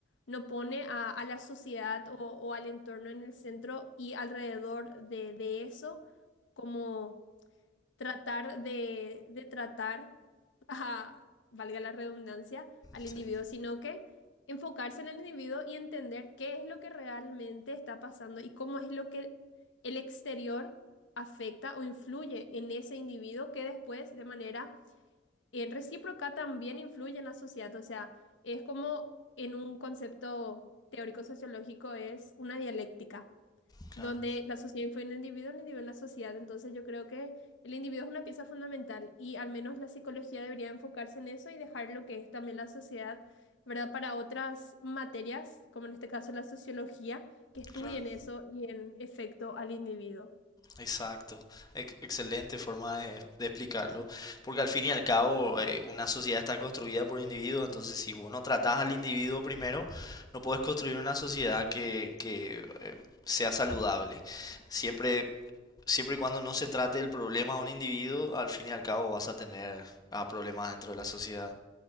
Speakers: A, on the left; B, on the left.
A: No pone a, a la sociedad o, o al entorno en el centro y alrededor de, de eso, como tratar de, de tratar ajá, valga la redundancia, al
B: Sí.
A: individuo, sino que enfocarse en el individuo y entender qué es lo que realmente está pasando y cómo es lo que el exterior afecta o influye en ese individuo que después de manera eh, recíproca también influye en la sociedad. O sea, es como en un concepto teórico sociológico es una dialéctica
B: Claro.
A: donde la sociedad influye en el individuo, el individuo en la sociedad. Entonces yo creo que el individuo es una pieza fundamental y al menos la psicología debería enfocarse en eso y dejar lo que es también la sociedad, ¿verdad? Para otras materias, como en este caso la sociología, que estudien
B: Claro,
A: eso y en efecto al individuo.
B: exacto. Ex- excelente forma de, de explicarlo. Porque al fin y al cabo, eh, una sociedad está construida por individuos. Entonces, si vos no tratás al individuo primero, no podés construir una sociedad que, que, eh, sea saludable. Siempre, siempre y cuando no se trate el problema a un individuo, al fin y al cabo vas a tener ah, problemas dentro de la sociedad.